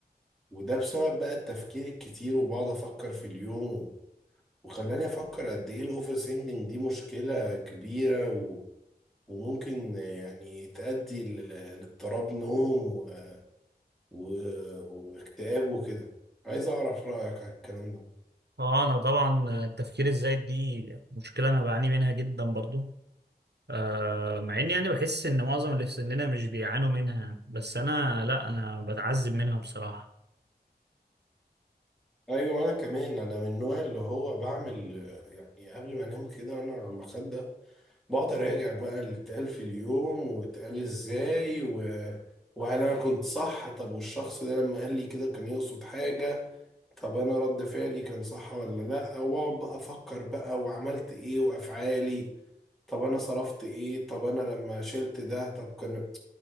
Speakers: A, in the centre; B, on the right (about 90°).
A: وده بسبب بقى التفكير الكتير وبقعد افكر في اليوم وخلاني افكر قد ايه الاوفر سينجنج دي مشكله كبيره و... وممكن يعني تؤدي لل- لاضطراب نوم و... و... واكتئاب وكده عايز اعرف رايك على الكلام ده
B: اه انا طبعا التفكير الزايد دي مشكله انا بعاني منها جدا برضو آه مع اني يعني بحس ان معظم اللي في سننا مش بيعانوا منها بس انا لا انا بتعذب منها بصراحه
A: ايوه انا كمان انا من النوع اللي هو بعمل آه، يعني قبل ما انام كده انا على المخده بقعد اراجع بقى اللي اتقال في اليوم واتقال ازاي و... وهل انا كنت صح طب والشخص ده لما قال لي كده كان يقصد حاجه طب انا رد فعلي كان صح ولا لا واقعد بقى افكر بقى وعملت ايه وافعالي طب انا صرفت ايه طب انا لما شلت ده طب كان